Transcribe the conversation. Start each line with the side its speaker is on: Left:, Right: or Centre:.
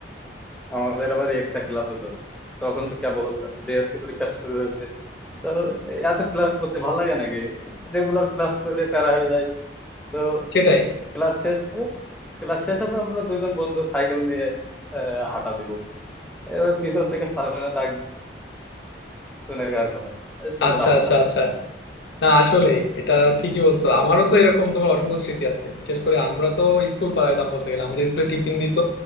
Centre: আমাদের আবার এক্সট্রা ক্লাস হতো তখন তো কেবল ডিএসসি পরীক্ষা শুরু হয়েছে তো এত ক্লাস করতে ভালো লাগে নাকি রেগুলার ক্লাস করে প্যারা হয়ে যায় তো
Left: সেটাই
Centre: ক্লাস শেষ হবে ক্লাস শেষ হবে আমরা দুজন বন্ধু সাইকেল নিয়ে আহ, হাঁটা দিব এবার পিছন থেকে স্যারেরা ডাক শুনে কার কথা এই সোজা
Left: আচ্ছা
Centre: হাঁটা
Left: আচ্ছা আচ্ছা না আসলে এটা ঠিকই বলছো আমারও তো এরকম তোমার অসংখ্য স্মৃতি আছে বিশেষ করে আমরা তো স্কুল পালাইতাম বলতে গেলে আমাদের স্কুলে টিফিন দিত